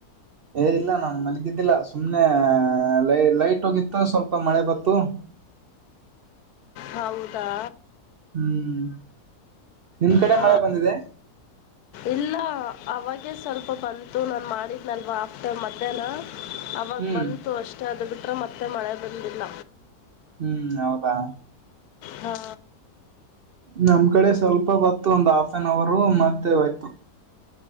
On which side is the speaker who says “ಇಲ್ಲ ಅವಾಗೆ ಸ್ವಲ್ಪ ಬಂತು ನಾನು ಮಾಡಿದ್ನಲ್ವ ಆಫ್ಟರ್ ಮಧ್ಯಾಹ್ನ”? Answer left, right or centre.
Left